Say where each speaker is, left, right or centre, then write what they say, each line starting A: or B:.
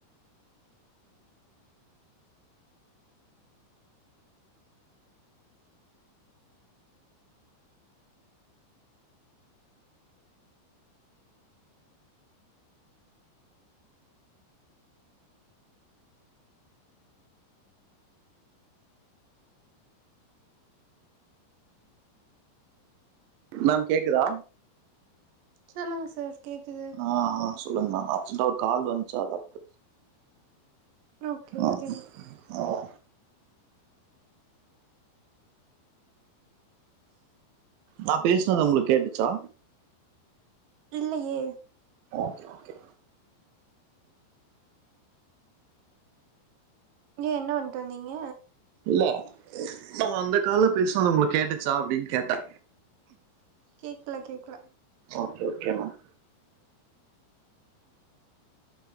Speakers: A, on the right; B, on the right.
A: மேம் கேக்குதா
B: சொல்லுங்க சார் கேக்குது
A: ஆ ஆ சொல்லுங்க மேம் அர்ஜெண்டா ஒரு கால் வந்துச்சா அதா
B: ஓகே
A: ஆ,
B: ஓகே
A: ஆ. நா பேசுனது உங்களுக்கு கேட்டுச்சா
B: இல்லையே
A: ஓகே ஓகே
B: ஏ என்ன வண்ட்டு வந்தீங்க
A: இல்ல நா அந்த கால்ல பேசினது உங்களுக்கு கேட்டுச்சா அப்டின்னு கேட்டே
B: கேக்ல கேக்கல
A: ஓகே ஓகே மேம்